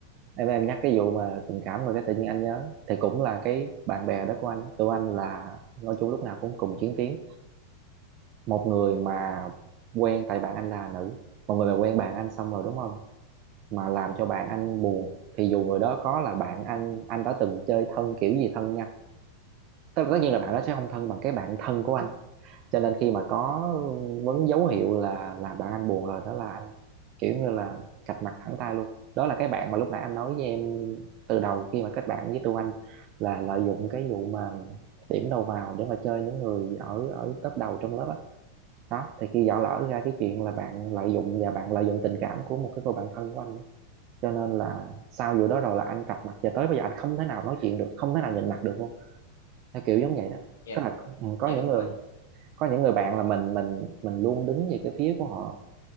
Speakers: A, on the right; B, on the left.
A: em em nhắc cái vụ mà tình cảm rồi cái tự nhiên anh nhớ thì cũng là cái bạn bè đó của anh đó. tụi anh là nói chung lúc nào cũng cùng chiến tuyến một người mà quen tại bạn anh là nữ một người mà quen bạn anh xong rồi đúng không mà làm cho bạn anh buồn thì dù người đó có là bạn anh anh đã từng chơi thân kiểu gì thân nha tất tất nhiên là bạn đó sẽ không thân bằng cái bạn thân của anh cho nên khi mà có vấn dấu hiệu là làm bạn anh buồn rồi đó là anh kiểu như là cạch mặt thẳng tay luôn đó là cái bạn mà lúc nãy anh nói với em từ đầu khi mà kết bạn với Trương Anh là lợi dụng cái vụ mà điểm đầu vào để mà chơi những người ở ở top đầu trong lớp á đó. thì khi dở lỡ ra cái chuyện là bạn lợi dụng và bạn lợi dụng tình cảm của một cái cô bạn thân của anh đó. cho nên là sau vụ đó rồi là anh cạch mặt và tới bây giờ anh không thể nào nói chuyện được không thể nào nhìn mặt được luôn theo kiểu giống vậy đó
B: dạ
A: tức là ừ, có
B: dạ đúng
A: những người
B: rồi
A: có những người bạn là mình mình mình luôn đứng về cái phía của họ